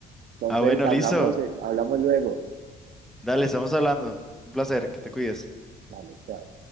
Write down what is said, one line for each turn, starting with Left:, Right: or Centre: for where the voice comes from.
Right: Entonces
Centre: Ah, bueno,
Right: hablamos,
Centre: listo.
Right: eh, hablamos luego.
Centre: Dale, estamos hablando. Un placer, que te cuides.
Right: Vale, chao.